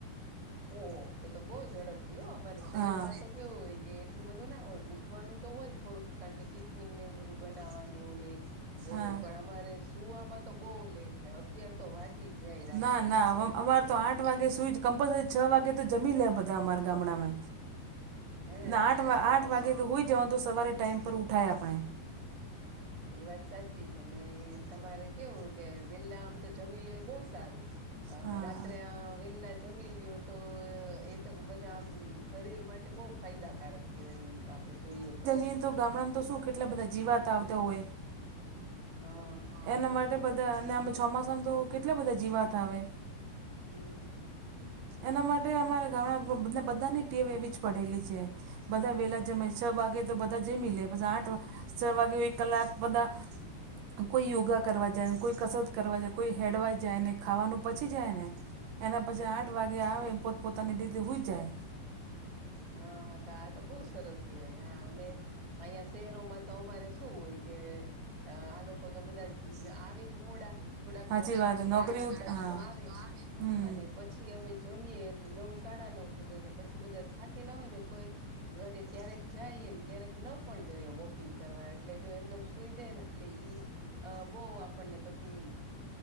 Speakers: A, on the right; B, on the right.
A: ઓહ તો તો બહુ ઝડપથી હો અમારે શહેરમાં
B: હા.
A: તો કેવું હોય કે એટલું બધું ના હોય ઉઠવાનું તો હોય થોડુંક કારણ કે ટિફિનને એવું બધું બનાવવાનું ને એવું
B: હા.
A: હોય પણ અમારે સુવામાં તો બહુ લેટ થાય અગિયાર તો વાગી જ જાય રાત્રે
B: ના ના અમાર તો આઠ
A: એ
B: આઠ વાગે સુઈ જ કમ્પલસરી છ વાગે તો જમી લે બધા અમારા ગામડામે.
A: હે
B: ના આઠ
A: હા
B: આઠ વાગે
A: પણ
B: તો હોય જવાનું તો સવારે ટાઈમ પર ઉઠાય આપણે.
A: એ વાત સાચી છે ને તમારે કેવું કે વેલ્લા આમ તો જમીલ્યો એ બઉ સારું અ
B: હા.
A: રાત્રે આ વેલ્લા જમીલ્યો તો એ તો બધા આમ શરીર માટે બહુ ફાયદાકારક કહેવાય એમ તો આપડે જોઈએ તો.
B: ઈમ તો ગામડામાં તો શું કેટલા બધા જીવાત આવતા હોય.
A: હહહ.
B: એના માટે બધા અને અમે ચોમાસામાં તો કેટલા બધા જીવાત આવે.
A: હમ્મ હમ્મ.
B: એના માટે અમારા ગામડા ને બધાની ટીમ એવી જ પડેલી છે. બધા વેલા જમે છ વાગે તો બધા જમી લે પછી આઠ છ વાગે એક કલાક બધા કોઈ યોગા કરવા જાય ને કોઈ કસરત કરવા જાય કોઈ હેડવા જાય ને ખાવાનું પચી જાય ને. એના પછી આઠ વાગે આવે પોત પોતાની રીતે હુઈ જાય.
A: હા તો આ તો બહુ જ સરસ કહેવાય હા અમે આહિયાં શહેરોમાં તો અમારે શું હોય કે આ લોકો તો બધા આવે જ મોડા થોડાક
B: સાચી
A: તો
B: વાત
A: આઠ સાડા
B: નોકરી
A: આઠ બાજુ
B: હા
A: તો આવે.
B: હમ
A: અને પછી અમે જમીએ એટલે નવ સાડા નવ થઈ જાય ને પછી બધા થાકેલા હોય ને કોઈ ઘરે ક્યારેક જાય ને ક્યારેક ન પણ જાય વોકિંગ કરવા એટલે જો એમનેમ સુઈ જાય ને એટલે ઈ અ બો આપણને પછી ઈમ.